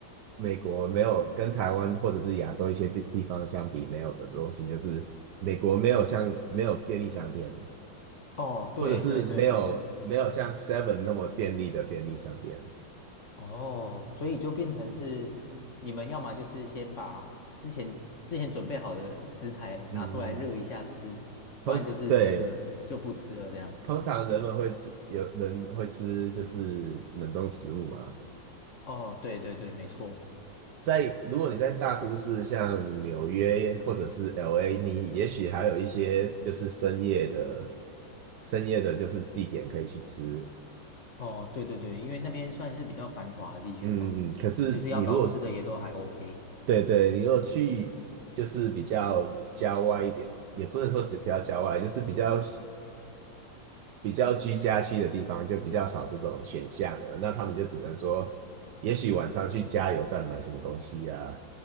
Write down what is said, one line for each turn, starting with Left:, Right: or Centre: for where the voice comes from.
Right: 美国没有跟台湾或者是亚洲一些地地方相比没有的东西，就是美国没有像没有便利商店，
Left: 哦，对对对对对，
Right: 或者是没有没有像 Seven 那么便利的便利商店。
Left: 哦，所以就变成是你们要么就是先把之前之前准备好的食材拿出来热一下吃，
Right: 嗯，
Left: 不然就是真的就不吃了这样。
Right: 通对，通常人们会吃，有人会吃就是冷冻食物嘛，
Left: 哦，对对对，没错。
Right: 在如果你在大都市，像纽约或者是 LA，你也许还有一些就是深夜的深夜的，就是地点可以去吃。
Left: 哦，对对对，因为那边算是比较繁华的地区嘛，
Right: 嗯嗯，嗯可是你如果
Left: 就是要找吃的也都还 OK。
Right: 对对，你如果去就是比较郊外一点，也不能说只比较郊外，就是比较比较居家区的地方，就比较少这种选项了。那他们就只能说，也许晚上去加油站买什么东西啊，